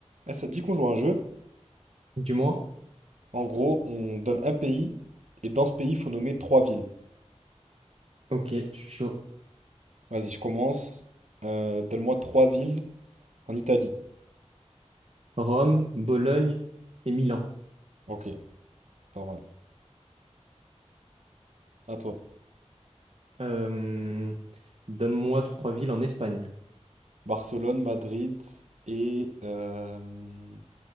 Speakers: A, on the right; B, on the right.
A: Eh, ça te dit qu'on joue à un jeu?
B: Dis-moi.
A: En gros, on donne un pays et dans ce pays, il faut nommer trois villes.
B: Ok, je suis chaud.
A: Vas-y, je commence. Euh, donne-moi trois villes en Italie.
B: Rome, Bologne et Milan.
A: Ok, pas mal. À toi.
B: Euh, donne-moi trois villes en Espagne.
A: Barcelone, Madrid et euh,